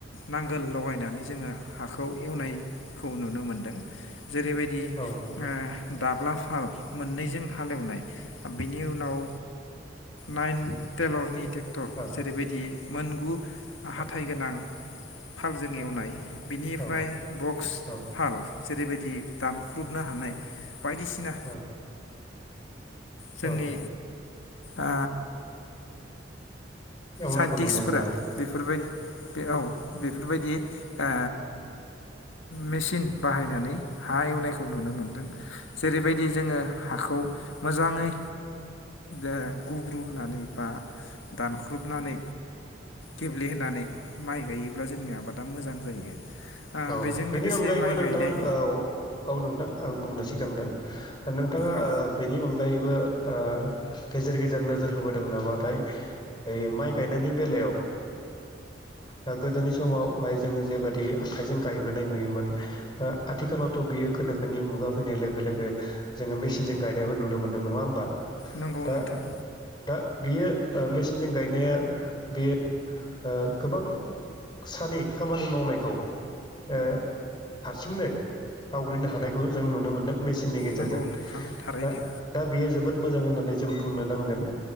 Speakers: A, on the left; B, on the left.
A: नांगोल लगायनानै जोङो हाखौ एवनायखौ नुनो मोनदों जेरैबायद दि ओ
B: औ नोंथां
A: दाब्ला फाल मोननैजों हालेवनाय बेनि उनाव नाइन टेलरनि टेक्टर
B: औ
A: जेरैबायदि मोनगु हाथाय
B: औ
A: गोनां फालजों एवनाय बिनिफ्राय
B: औ
A: बक्स
B: औ
A: फाल जेरैबायदि दानख्रुबनो हानाय बायदिसिना
B: औ
A: जोंनि
B: औ
A: आ
B: एवनायखौ
A: साइन्टिस्टफोरा
B: नुनो मोनो आरो
A: बेफोरबायदि बे औ बेफोरबायदि ओ मेचिन बाहायनानै हा एवनायखौ नुनो मोनदों जेरैबायदि जोङो हाखौ मोजाङै ओ गुब्रु होनानै बा दानख्रुब नानै गेब्लेहोनानै माइ गायोब्ला जोंनि आबादा मोजां जायो ओ
B: औ
A: बेजों
B: बेनि
A: लोगोसे
B: अनगायैबो
A: माइ
B: नोंथां
A: गायनाय
B: औ -औ नोंथां आं बुंनो सिगान्दां नोंथाङा
A: औ
B: ओ बेनि अनगायैबो ओ गेजेर गेजेर नोजोर होबोदों नामाथाय ओइ माइ गायनायनि बेलायाव ओ गोदोनि समावहाय जोङो जेबादि आखाइजों गायबोनाय नुयोमोन ओ आथिखालावथ' बियो गोनोखोनि मुगा फैनाय लोगो लोगो जोङो मेसिनजों गायनायबो नुनो मोन्दों नङा होमबा
A: नंगौ
B: दा
A: नोंथां
B: दा बियो मेसिनजों गायनाया बेयो ओ गोबां सानि खामानि मावनायखौ ओ हारसिंनो आवग्रिनो हानायखौ जों नुनो मोनदों मेस सिननि गेजेरजों
A: नंगौ नोंथां थारैनो
B: दा दा बेयो जोबोद मोजां होननानै जों बुंनो नांगोन